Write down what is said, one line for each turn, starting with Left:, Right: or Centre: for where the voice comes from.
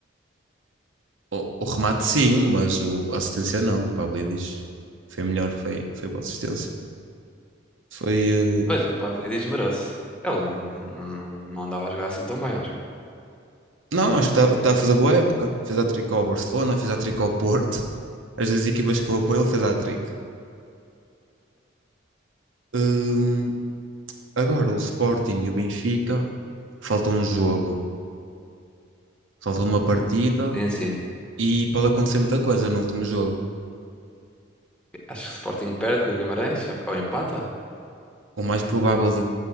Right: O, o remate sim, mas o, a assistência não. Pablo diz. Foi melhor, foi, foi boa assistência. Foi. eh,
Centre: Pois, o Pavlidis merece. Ele não, não, não andava a jogar assim tão bem, a jogar.
Right: Não, acho que está tá a fazer boa época. Fez a tricô ao Barcelona, fez a tricô ao Porto. As duas equipas que eu apoio, ele fez hat-trick. Hum, agora o Sporting e o Benfica, falta um jogo, falta uma partida
Centre: Sim, sim.
Right: e pode acontecer muita coisa no último jogo.
Centre: Acho que o Sporting perde com o Guimarães, ou empata?
Right: O mais provável de,